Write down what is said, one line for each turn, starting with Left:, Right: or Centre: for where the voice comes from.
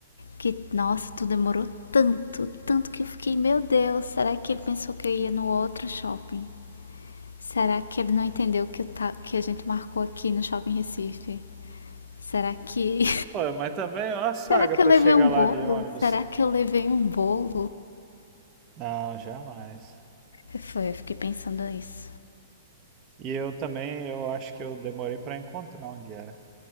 Left: Que, nossa, tu demorou tanto, tanto que eu fiquei, meu Deus, será que ele pensou que eu ia no outro shopping? Será que ele não entendeu que, eu ta- que a gente marcou aqui no Shopping Recife? Será que
Right: Pô, mas também é uma saga
Left: Será que
Right: pra
Left: eu levei
Right: chegar
Left: um bolo?
Right: lá de ônibus.
Left: Será que eu levei um bolo?
Right: Não, jamais.
Left: E Foi, eu fiquei pensando isso.
Right: E eu também, eu acho que eu demorei pra encontrar onde era.